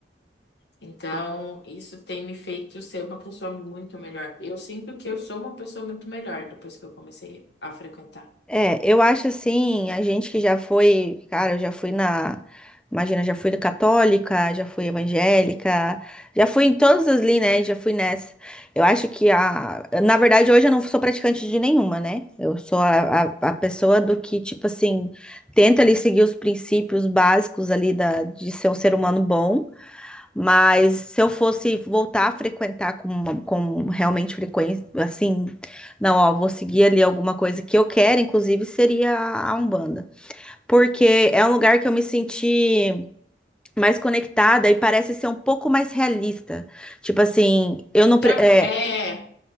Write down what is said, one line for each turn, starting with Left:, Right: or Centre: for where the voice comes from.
Left: Então, isso tem me feito ser uma pessoa muito melhor. Eu sinto que eu sou uma pessoa muito melhor depois que eu comecei a frequentar.
Centre: É, eu acho assim, a gente que já foi, cara, eu já fui na, imagina, já fui católica, já fui evangélica, já fui em todas as linhas, né? Já fui nessa. Eu acho que a, na verdade, hoje eu não sou praticante de nenhuma, né? Eu sou a, a, a pessoa do que, tipo assim, tenta ali seguir os princípios básicos ali da, de ser um ser humano bom. Mas se eu fosse voltar a frequentar com, uma- com realmente frequência, assim, não, ó, vou seguir ali alguma coisa que eu quero, inclusive seria a a Umbanda. Porque é um lugar que eu me senti mais conectada e parece ser um pouco mais realista. Tipo assim, eu não. pre-
Left: Já
Centre: É,
Left: É,